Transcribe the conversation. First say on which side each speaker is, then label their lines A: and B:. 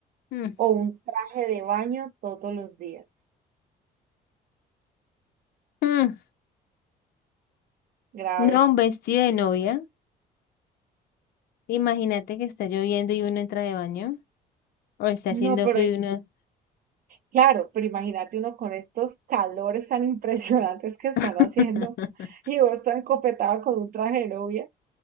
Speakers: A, on the left; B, on the right.
A: Mm,
B: o un traje de baño todos los días?
A: mm.
B: Grave.
A: No, un vestido de novia. Imagínate que está lloviendo y uno entra de baño. O está haciendo
B: No, pero
A: frío y uno.
B: claro, pero imagínate uno con estos calores tan <laughs> impresionantes que están
A: <laughs>
B: haciendo y vos tan encopetado con un traje de novia.